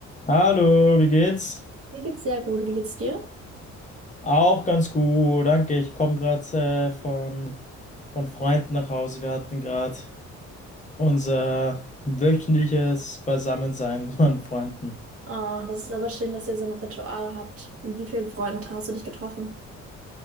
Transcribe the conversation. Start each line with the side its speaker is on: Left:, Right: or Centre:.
Left: Hallo, wie geht's?
Right: Mir geht's sehr gut. Wie geht's dir?
Left: Auch ganz gut, danke. Ich komme gerade äh, von, von Freunden nach Hause. Wir hatten gerade unser wöchentliches Beisammensein mit meinen Freunden.
Right: Ah, das ist aber schön, dass ihr so ein Ritual habt. Mit wie vielen Freunden hast du dich getroffen?